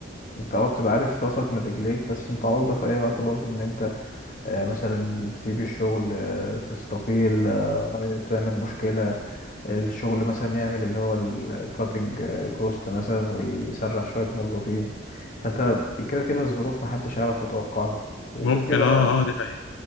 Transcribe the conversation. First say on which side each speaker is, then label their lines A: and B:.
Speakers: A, on the left (about 45°); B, on the left (about 80°).
A: انت اه بتبقى عارف راسك من رجليك بس انت عرضة في اي وقت برضو ان انت آه، مثلا تسيب الشغل آه، تستقيل آه، تعمل مشكلة الشغل مثلا يعمل اللي هو الكاتنج كوست مثلا ويسرح شوية موظفين فانت كده كده الظروف محدش يعرف يتوقعها وكده
B: ممكن
A: كده اه
B: اه اه دي حقيقة